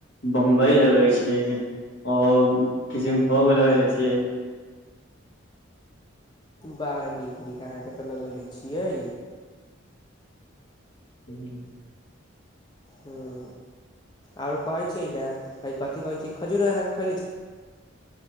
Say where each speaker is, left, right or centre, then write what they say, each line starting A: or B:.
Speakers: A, on the left; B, on the left.
A: बम्बय लगै छै आओर किसन भोग लगे ले छियै
B: बड़ा नीक नीक अहाँ के तऽ लगयले छियै
A: हूँ
B: हूँ आओर कहै छियै न है कथी कहै छियै खजूर अहाँ के खयले छी